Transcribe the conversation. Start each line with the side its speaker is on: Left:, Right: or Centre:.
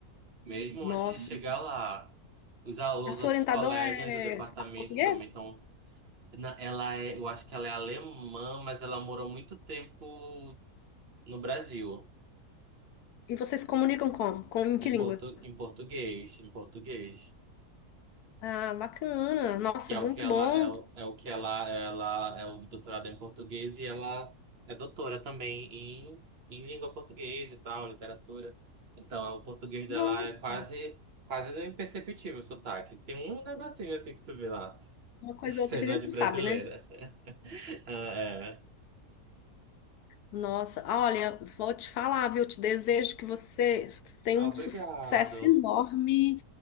Right: mesmo
Left: Nossa.
Right: antes de chegar lá. Os, al-
Left: A
Right: os
Left: sua
Right: outros
Left: orientadora
Right: colegas
Left: era é,
Right: do departamento
Left: fala português?
Right: também estão. Ela é, eu acho que ela é alemã, mas ela morou muito tempo no Brasil,
Left: E vocês se comunicam como? Com em que
Right: em,
Left: língua?
Right: portu, em português, em português.
Left: Ah, bacana. Nossa,
Right: que é
Left: muito
Right: o que ela
Left: bom.
Right: é, o- é o que ela ela é o doutorado em português e ela é doutora também em, em língua portuguesa e tal, literatura. Então, o português
Left: Nossa,
Right: dela é quase quase imperceptível o sotaque. Tem um negocinho assim que tu vê lá,
Left: uma coisa
Right: <laughs> sendo
Left: ou outra que a gente
Right: de brasileira.
Left: sabe, né?
Right: <laughs> Ah, é.
Left: Nossa, olha, vou te falar, viu? Te desejo que você tenha
Right: Ah,
Left: um
Right: obrigado.
Left: sucesso enorme